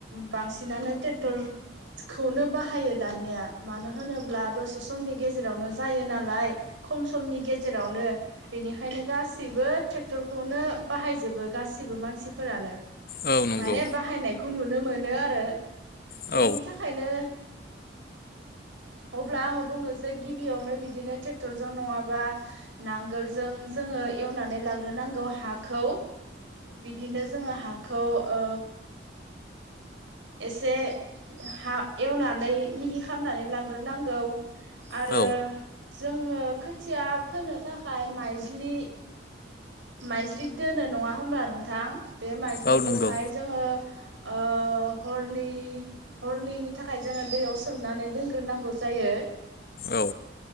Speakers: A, on the right; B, on the left.
A: बांसिनानो ट्रेक्टरखौनो बाहायो दानिया मानो होनोब्ला दसे समनि गेजेरावनो जायो नालाय खम समनि गेजेरावनो बेनिखायनो गासैबो बो ट्रेक्टरखौनो बाहायजोबो गाससिबो मानसिफोरानो
B: औ नंगौ
A: माने बाहाय नाय बेखौ नुनो मोनो आरो
B: औ
A: बेनि थाखायनो अब्ला आङो बुंनोसै गिबियावनो बिदिनो ट्रेक्टरजों नङाबा नांगोलजों जोङो एवनानै लाग्रोनांगौ हा खौ बिदिनो जोङो हाखौ ओ एसे हा एवनानै मिहि खालामनानै लाग्रोनांगौ आरो
B: औ
A: जों खोथिया फोनो थाखाय माइज्लि माइज्लि दोनो नङा होनबा नोंथां। बे माइस्लिखौहाय
B: औ नंगौ
A: जोङो ओ हरनै हरनैनि थाखाय जोङो दैयाव सोमनानै दोनग्रोनांगौ जायो।
B: औ।